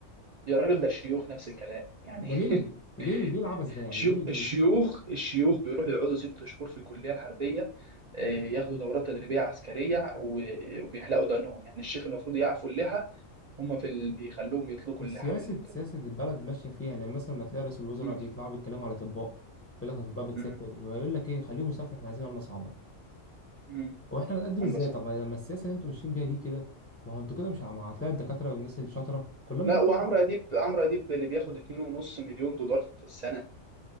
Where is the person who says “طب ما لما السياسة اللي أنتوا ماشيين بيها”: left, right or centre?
Left